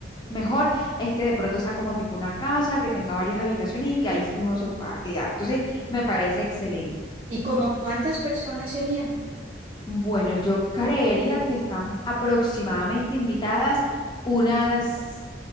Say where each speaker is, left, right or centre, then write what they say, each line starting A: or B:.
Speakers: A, on the left; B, on the right.
A: mejor es que de pronto sea como tipo una casa, que tenga varias habitaciones y que ahí uno se pueda quedar. Entonces, me parece excelente.
B: ¿Y como cuántas personas serían?
A: Bueno, yo creería que están aproximadamente invitadas unas